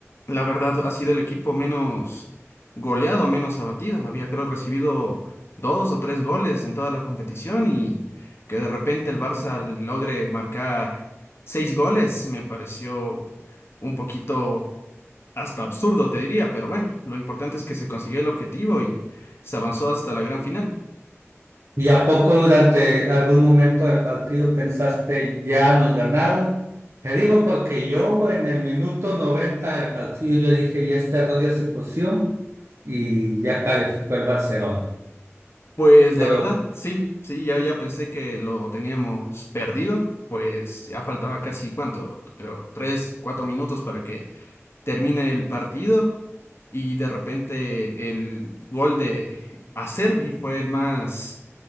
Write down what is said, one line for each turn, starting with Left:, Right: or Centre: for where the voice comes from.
Left: La verdad, ha sido el equipo menos goleado, menos abatido. Había, creo, recibido dos o tres goles en toda la competición y que de repente el Barça logre marcar seis goles me pareció un poquito hasta absurdo, te diría, pero bueno, lo importante es que se consiguió el objetivo y se avanzó hasta la gran final.
Right: ¿Y a poco durante algún momento del partido pensaste, ya nos ganaron? Te digo porque yo en el minuto 90 del partido yo dije, ya este arroz ya se coció y ya calificó el Barcelona.
Left: Pues
Right: Pero
Left: la verdad, sí, sí, ya, ya pensé que lo teníamos perdido, pues ya faltaba casi, ¿cuánto? Creo, tres, cuatro minutos para que termina el partido y de repente el gol de Acerbi fue el más